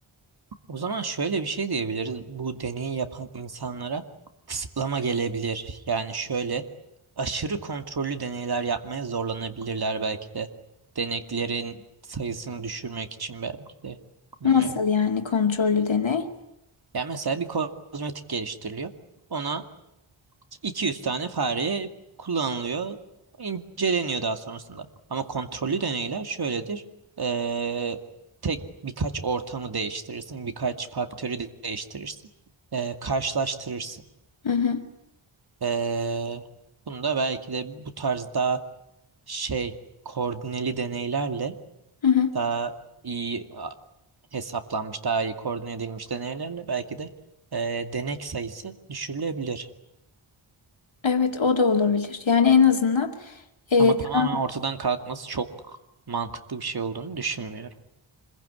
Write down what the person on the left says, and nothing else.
Nasıl yani kontrollü deney?
Hı hı,
hı hı.
Evet o da olabilir. Yani en azından e,
tamam